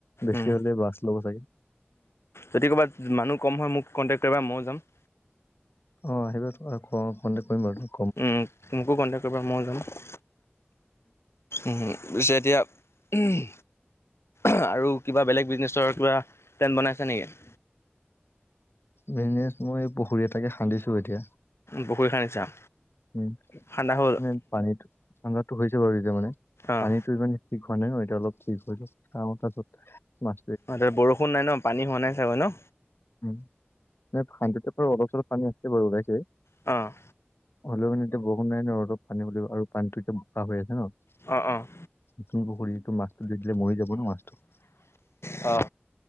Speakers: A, on the left; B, on the left.
A: বেছি
B: উম,
A: হ'লে বাছ ল'ব চাগে।
B: যদি ক'ৰবাত মানুহ কম হয়। মোক কণ্টেক্ট কৰিবা ময়ো যাম।
A: অহ আহিবা কণ্টেকট কৰিম বাৰু তোক।
B: উম মোকো কণ্টেক্ট কৰিবা মই যাম। উহু, উহু পিছে এতিয়া উম আৰু কিবা বেলেগ বিজনেছৰ কিবা প্লেন বনাইছে নেকি?
A: বিজনেছ মই পুখুৰী এটাকে খান্দিছোঁ এতিয়া।
B: পুখুৰী খান্দিছা-
A: উম
B: খান্দা হ'ল
A: মানে পানীত ঠাণ্ডাতটো হৈছে। বাৰু এতিয়া মানে
B: অঁ
A: পানীতটো ইমানে ঠিক হোৱা নাই নয় এতিয়া অলপ ঠিক হৈ য কামত ম-
B: অ' বৰষুণ নাই ন পানী হোৱা নাই চাগৈ ন।
A: উ ভান্ততে পৰা অলপ চলপ পানী আছে। বাৰু ওলাইছে-
B: অ'
A: হ'লেও মানে এতিয়া বৰষুণ নাই ন অলপ পানী লাগিব আৰু পানী টো এতিয়া বোকা হৈ আছে ন '
B: অ' অ'
A: তুমি মাছটো দি দিলে মৰি যাব ন মাছটো।
B: অ'হ।